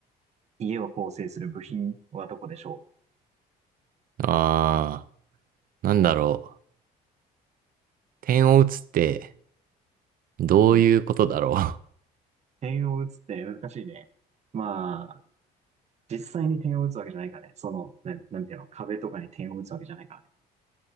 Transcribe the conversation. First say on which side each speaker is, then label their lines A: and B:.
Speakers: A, on the right; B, on the right.
A: 家を構成する部品はどこでしょ
B: あー、なんだろう。点を打つって、どういうことだろ
A: ううん点を打つって難しいね。まあ、実際に点を打つわけじゃないからね。その、なん、なんていうの、壁とかに点を打つわけじゃないからね。